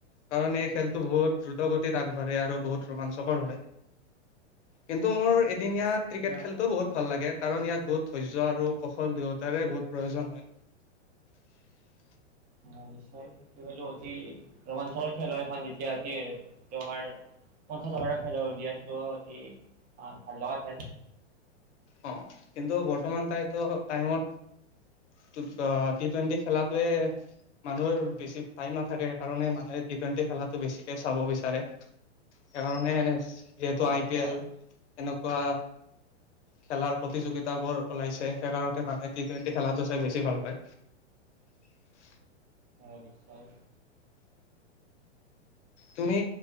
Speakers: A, on the left (about 70°); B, on the right (about 25°).
A: কাৰণ এই খেলটো বহুত দ্ৰুত গতিত আগবাঢ়ে আৰু বহুত ৰোমাঞ্চকৰ হয়। কিন্তু মোৰ এদিন
B: অ
A: ইয়াত
B: সেইটোৱে
A: ক্ৰিকেট
B: আৰু
A: খেল ভাল লাগে, কাৰণ ইয়াত বহুত ধৈৰ্য্য আৰু কৌশল দুয়োতাৰে বহুত প্ৰয়োজন হয়। <unintelligible>
B: ন নিশ্বয় সেইটো অতি ৰোমাঞ্চৰ খেল হয় সেখন যেতিয়া ত আমাৰ পঞ্চাছ হাজাৰৰ টকা খেলৰ দিয়া সেইটো অতি ভাল লগা খেল
A: অ' কিন্তু বৰ্তমান তাইতো টাইমত টি টুৱেণ্টি খেলাতোৱে মানুহৰ বেছি টাইম নাথাকে সেইকাৰণে মানুহে টি টুৱেন্টি খেলাটো বেছিকে চাব বিচাৰে। সেইকাৰণে যিহেতু আই
B: নিশ্চয়
A: পি এল এনেকুৱা খেলাৰ প্ৰতিযোগিতাবোৰ ওলাইছে সেইকাৰণতে মানে টি টুৱেণ্টি খেলাটো চাই বেছি ভাল পায়। <unintelligible>
B: অ' নিশ্বয়।
A: তুমি